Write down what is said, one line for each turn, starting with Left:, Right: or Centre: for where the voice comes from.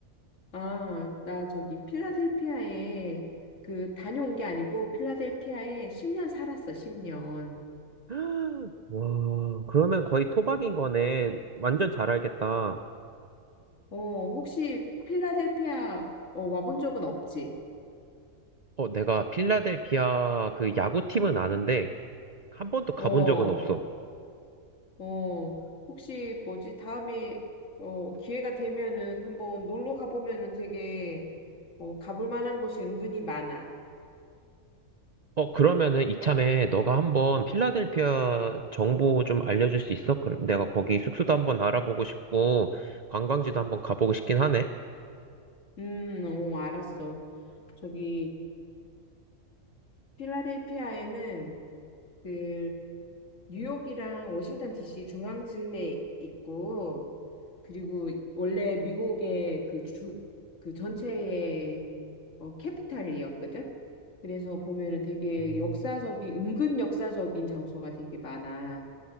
Left: 아, 나 저기 필라델피아에 그 다녀온 게 아니고 필라델피아에 10년 살았어, 십 년
Right: <gasps> 와, 그러면 거의 토박인 거네. 완전 잘 알겠다.
Left: 어, 혹시 필라델피아 어, 와본 적은 없지?
Right: 어, 내가 필라델피아 그 야구팀은 아는데, 한 번도 가본
Left: 어,
Right: 적은 없어.
Left: 어, 혹시 뭐지? 다음에 어, 기회가 되면은 한번 놀러 가보면은 되게 어, 가볼 만한 곳이 은근히 많아.
Right: 어, 그러면은 이참에 너가 한번 필라델피아 정보 좀 알려줄 수 있어? 그럼 내가 거기 숙소도 한번 알아보고 싶고, 관광지도 한번 가보고 싶긴 하네.
Left: 음, 어, 알았어. 저기 필라델피아에는 그 뉴욕이랑 워싱턴 DC 중앙쯤에 있고 그리고 원래 미국의 그 주, 그 전체의 어, 캐피탈이었거든. 그래서 보면은 되게
Right: 음.
Left: 역사적인, 은근 역사적인 장소가 되게 많아.